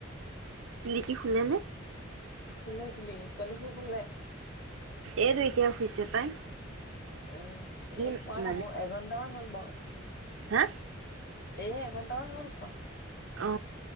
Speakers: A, on the right (about 80°); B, on the left (about 55°).
A: তিলিকি খুলেনে?
B: শুনাই দিলি পোৱালিটো শুলে? নাই
A: এইটো এতিয়া শুইছে পাই
B: অ
A: ই
B: এ হোৱা সময় এঘন্টামান হ'ল বাৰু
A: হে
B: এ এঘন্টামান হ'ল খোৱা
A: অ